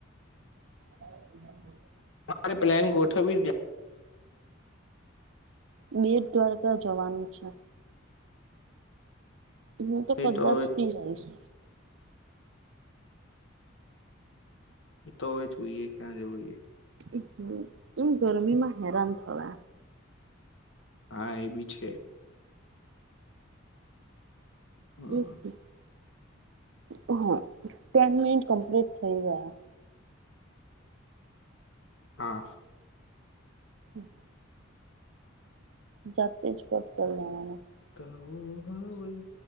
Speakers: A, on the right; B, on the left.
A: <inaudible>
B: તમારે પ્લાન ગોઠવી <inaudible>
A: બેડ દ્વારકા જવાનું છે. હું
B: જ
A: તો કદાચ
B: હવે
A: થી આઈશ.
B: એ તો હવે જોઈએ ક્યાં જવું છે. છે.
A: ઉ હમ્મ. ઈમ ગરમીમાં હેરાન થવા.
B: હા એ બી છે. હમ
A: અ હમ્મ. હા, ટેન મિનિટ કમ્પ્લીટ થઈ ગયા.
B: હા.
A: અહ. <inaudible> <unintelligible>
B: હવ હોય.